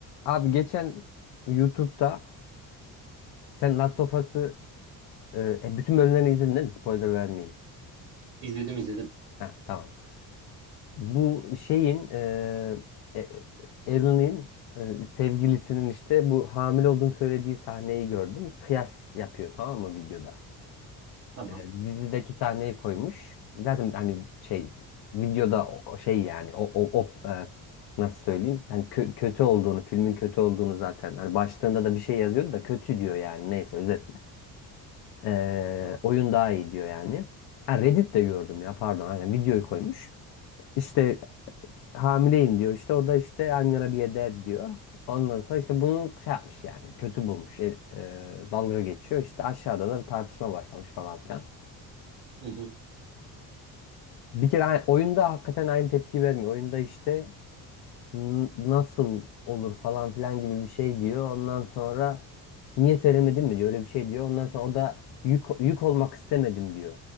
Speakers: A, on the left; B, on the right.
A: Abi geçen YouTube'da sen Last of Us'ı e, e, bütün bölümlerini izledin değil mi? Spoiler vermeyeyim.
B: İzledim izledim.
A: Ha tamam. Bu şeyin e, e, Ellie'nin e, sevgilisinin işte bu hamile olduğunu söylediği sahneyi gördüm. Kıyas yapıyor tamam mı videoda?
B: Tamam.
A: E, dizideki sahneyi koymuş. Zaten hani şey videoda o o şey yani o, o, o e, nasıl söyleyeyim? Yani kö- kötü olduğunu, filmin kötü olduğunu zaten hani başlığında da bir şey yazıyordu da kötü diyor yani neyse özet Ee,
B: Tamam.
A: oyun daha iyi diyor yani. Ha Reddit'te gördüm ya pardon. Aynen videoyu koymuş. İşte hamileyim diyor. İşte o da işte I'm gonna be a dad diyor. Ondan sonra işte bunu şey yapmış yani. Kötü bulmuş. E, e, dalga geçiyor. İşte aşağıda da bir tartışma başlamış falan filan.
B: Hı hı.
A: Bir kere a- oyunda hakikaten aynı tepki vermiyor. Oyunda işte N- nasıl olur falan filan gibi bir şey diyor. Ondan sonra niye söylemedin mi diyor. Öyle bir şey diyor. Ondan sonra o da yük, yük olmak istemedim diyor.